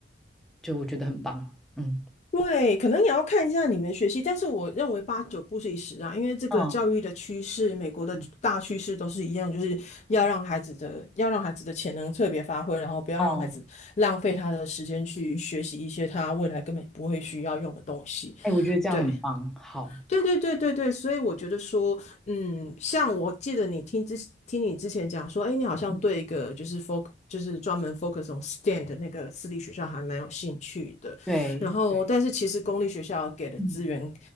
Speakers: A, in the centre; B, on the left.
A: 就我觉得很棒，嗯。
B: 对，可能也要看一下你们学习，但是我认为八九不离十啊，因为这个教育的趋势，
A: 嗯
B: 美国的大趋势都是一样，
A: 嗯
B: 就是要让孩子的要让孩子的潜能特别发挥，然后不要让孩子浪费他的时间去学习一些他未来根本不会需要用的东西。
A: 哦，哎，我觉得这样很棒，
B: 对。
A: 好，
B: 对对对对对，所以我觉得说，嗯，像我记得你听之听你之前讲说，哎，你好像对一个就是
A: 嗯，
B: focus 就是专门 focus on STEM 的那个私立学校还蛮有兴趣的，
A: 对对，
B: 然后但是其实公立学校给的资源，
A: 嗯，